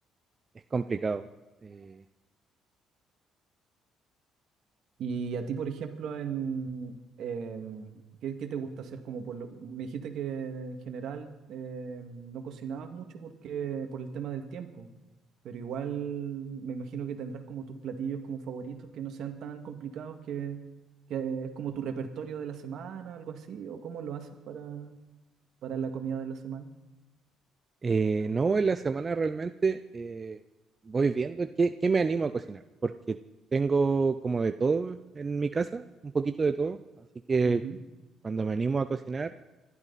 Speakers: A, on the right; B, on the right.
A: es complicado. Eh,
B: Y a ti, por ejemplo, en, em, ¿qué, qué te gusta hacer como por lo- Me dijiste que en general em, no cocinabas mucho porque por el tema del tiempo, pero igual me imagino que tendrás como tus platillos como favoritos que no sean tan complicados que, que es como tu repertorio de la semana, algo así, o cómo lo haces para, para la comida de la semana.
A: eh, no, en la semana realmente eh, voy viendo qué, qué me animo a cocinar, porque tengo como de todo en mi casa, un poquito de todo, así que
B: Ujú,
A: cuando me animo a cocinar,